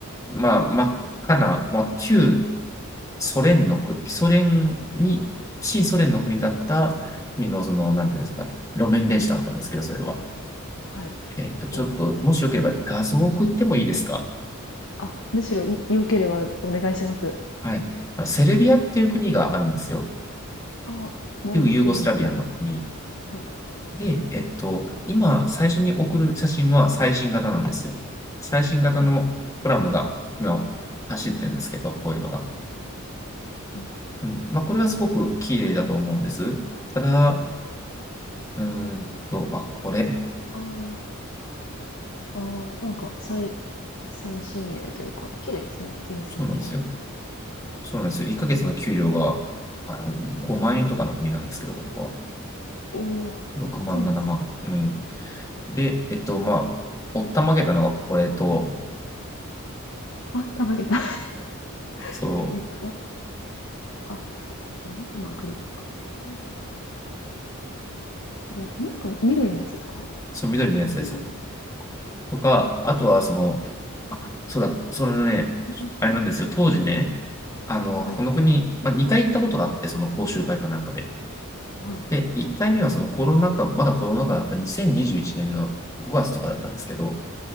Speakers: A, on the left (about 15°); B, on the left (about 65°).
A: まあ真っ赤な、まあ旧ソ連の国、ソ連に、
B: あ
A: 新ソ連の国だった国の、その、なんていうんですか、路面電車だったんですけど、それは。
B: はい。
A: えっと、ちょっと、
B: お
A: もしよければ画像を送ってもいいですか
B: あ、むしろい良ければお願いします。
A: はい。あのセルビアっていう国があるんですよ。
B: あ、モンテネグロ。
A: 旧ユーゴスラビアの国。
B: はい。
A: で、えっと、今、最初に送る写真は最新型なんですよ。最新型のトラムが今走ってるんですけど、
B: はい。
A: こういうのが。
B: はい。
A: うん。まあ、これはすごく綺麗だと思うんです。ただ、うーんと、あ、これ。
B: あーあー、なんか最、最新鋭というか、綺麗ですね。冷戦系で。
A: そうなんですよ。そうなんですよ。1ヶ月の給料が、あの、5万円とかの国なんですけど、ここは。
B: おお、
A: 6万、
B: そうなんですか。
A: 7万。うん。で、えっと、まあ、おったまげたのがこれと、
B: あ、たまげた。
A: そう、
B: <laughs> えっと、あ、何今クリックして。お、なんか緑のやつですか
A: そう、緑のやつです。
B: うん
A: とか、あとはその、あ、そうだ、それね、
B: それそれ
A: あれなんですよ、当時ね、あの、
B: はい。
A: この国、まあ、2回行ったことがあって、その講習会かなんかで。
B: はい。
A: で、1回目はそのコロナ禍、まだコロナ禍だった2021年の5月とかだったんですけど、